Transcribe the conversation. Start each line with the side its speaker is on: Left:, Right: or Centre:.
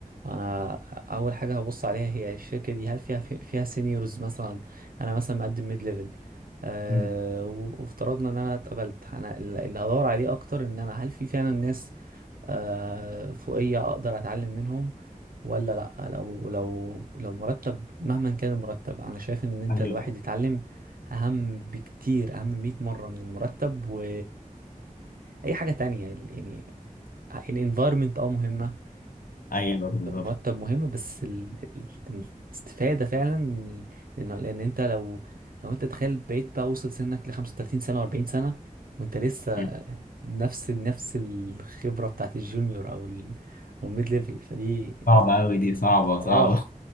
Right: انا اول حاجة هبص عليها هي الشركة دي هل فيها في- فيها سينيورز مثلا انا مثلا مقدم ميد ليفل أه
Left: مم.
Right: و- وافترضنا ان انا اتقبلت انا ال- اللي هدور عليه اكتر ان انا هل في فعلا ناس آه، فوقية أقدر أتعلم منهم ولا لأ لو لو لو مرتب مهما كان المرتب أنا شايف إن أنت
Left: ايوه
Right: الواحد يتعلم أهم بكتير أهم مئة مرة من المرتب و أي حاجة تانية يعني الانفايرمنت اه مهمة
Left: ايوه بالظبط
Right: المرتب مهم بس ال- ال- الاستفادة فعلا لان لان انت لو لو انت تخيل بقيت بقى وصل سنك ل 35 سنة و40 سنة وانت لسه
Left: مم.
Right: نفس نفس الخبرة بتاعت الجونيور او ال او الميد ليفل فدي
Left: صعبه
Right: دي زي-
Left: قوي دي صعبه صعبه
Right: اه